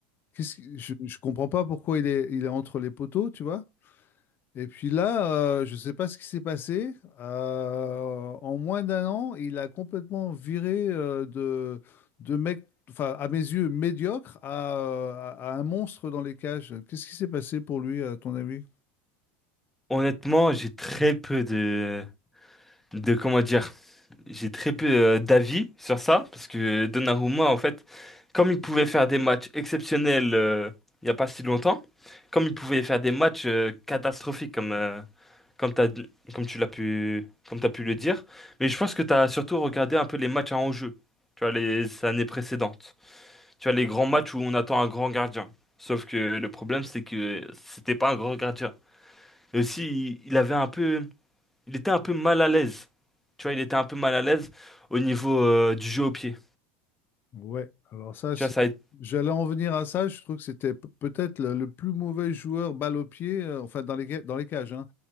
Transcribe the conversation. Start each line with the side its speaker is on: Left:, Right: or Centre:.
Left: qu'est-ce qui- je, je comprends pas pourquoi il est, il est entre les poteaux, tu vois? Et puis là, euh, je ne sais pas ce qui s'est passé. euh, en moins d'un an, il a complètement viré euh, de, de mec, enfin, à mes yeux, médiocre à, euh, à- à un monstre dans les cages. Qu'est-ce qui s'est passé pour lui, à ton avis?
Centre: Honnêtement, j'ai très peu de, de comment dire, J'ai très peu euh, d'avis sur ça, parce que Donnarumma, en fait, comme il pouvait faire des matchs exceptionnels euh, il n'y a pas si longtemps, comme il pouvait faire des matchs euh, catastrophiques comme, euh, comme, t'as, comme tu l'as pu, comme t'as pu le dire, mais je pense que tu as surtout regardé un peu les matchs à enjeu, tu vois, les années précédentes, tu vois, les grands matchs où on attend un grand gardien. Sauf que le problème, c'est que c'était pas un grand gardien. Et aussi, il il avait un peu il était un peu mal à l'aise. Tu vois, il était un peu mal à l'aise au niveau euh, du jeu au pied.
Left: Ouais, alors ça,
Centre: Tu
Left: je-
Centre: vois, ça a été...
Left: j'allais en venir à ça. Je trouve que c'était p- peut-être le, le plus mauvais joueur balle au pied, euh, enfin, dans les, ga- dans les cages, hein.